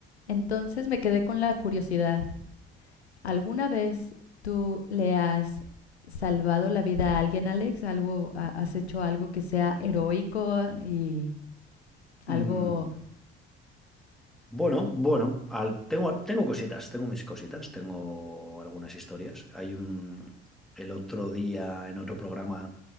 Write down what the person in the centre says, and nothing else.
Mm, bueno, bueno, al- tengo, tengo cositas, tengo mis cositas, tengo algunas historias. Hay un... El otro día en otro programa